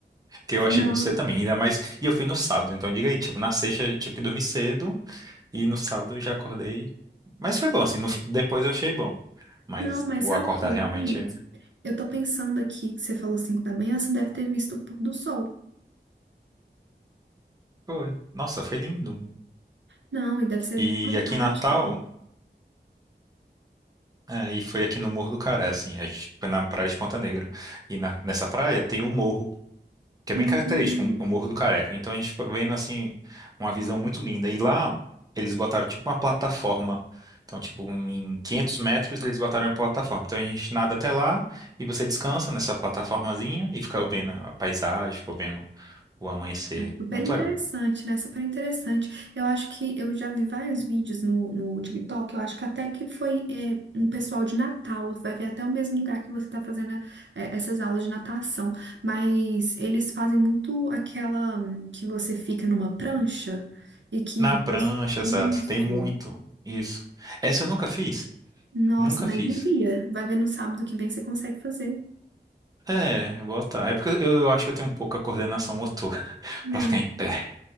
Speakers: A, on the right (about 20°); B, on the right (about 85°).
A: Que
B: É,
A: eu achei
B: não,
A: muito cedo também, ainda mais. E eu fui no sábado, então diga aí, tipo, na sexta eu tive que dormir cedo e no sábado eu já acordei. Mas foi bom, assim, no fi- depois eu achei bom. Mas
B: não, mas
A: o
B: sabe
A: acordar
B: o que eu
A: realmente.
B: vi? Eu tô pensando aqui que você falou 5 da manhã, você deve ter visto o pôr do sol.
A: Foi. Nossa, foi lindo.
B: Não, e deve ser
A: E
B: fantástico.
A: aqui em Natal, é, e foi aqui no Morro do Caré, assim, a gente foi na praia de Ponta Negra. E na- nessa praia tem o morro. que é
B: Hum.
A: bem característico, o Morro do Careca. Então a gente fica vendo assim uma visão muito linda. E lá eles botaram tipo uma plataforma. Então, tipo, em 500 metros eles botaram uma plataforma. Então a gente nada até lá e você descansa nessa plataformazinha e fica vendo a paisagem, fica vendo o amanhecer.
B: Super
A: Muito
B: interessante,
A: legal.
B: né? Super interessante. Eu acho que eu já vi vários vídeos no, no TikTok. Eu acho que até que foi é, um pessoal de Natal. Vai ver até o mesmo lugar que você tá fazendo é, essas aulas de natação. Mas eles fazem muito aquela hum, que você fica numa prancha e que
A: Na prancha,
B: você...
A: exato,
B: Isso.
A: tem muito isso. Essa eu nunca fiz.
B: Nossa,
A: Nunca
B: mas
A: fiz.
B: devia. Vai ver no sábado que vem você consegue fazer.
A: É, botar. É porque eu, eu acho que eu tenho um pouco a coordenação motora <laughs>
B: né?
A: pra ficar em pé.